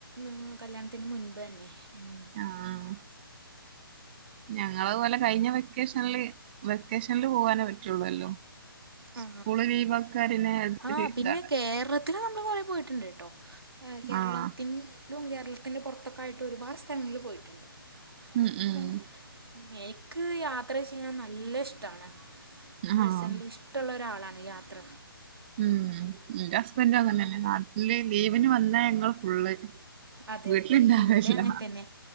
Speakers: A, on the right; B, on the right.
A: ഉം കല്യാണത്തിന് മുൻപ് തന്നെ ഉം
B: ആഹ ഞങ്ങളതുപോലെ കഴിഞ്ഞ വെക്കേഷനിൽ വെക്കേഷനിൽ പോവാനേ പറ്റുള്ളൂല്ലോ.
A: ആ
B: സ്കൂള് ലീവാക്കാരിനെ
A: ആ
B: ഒരു ഇതാണ്
A: പിന്നെ കേരള ഞാൻ രണ്ട് തവണ പോയിട്ടുണ്ട് കേട്ടോ കേരളത്തിന്
B: ആഹ്
A: ലും കേരളത്തിന് പുറത്തൊക്കെ ആയിട്ട് ഒരുപാട് സ്ഥലങ്ങളിൽ പോയിട്ടുണ്ട്
B: ഉം
A: അങ്ങനെ
B: ഉം
A: എനക്ക് യാത്ര ചെയ്യാൻ നല്ല ഇഷ്ട്ടാണ് പേഴ്സണലി
B: ആഹ്
A: ഇഷ് ഇഷ്ട്ടോള്ള ഒരാളാണ് യാത്ര
B: ഉം ഇന്റെ സ് പിന്നെ
A: അപ്പോൾ
B: നല്ല അല്ലേ നാട്ടില് ലീവീന് വന്നാ ഞങ്ങൾ ഫുള്ള്
A: അതെ
B: വീട്ടിലിണ്ടാകാറില്ല
A: അതെ ഇവിടെ അങ്ങനെ തന്നെ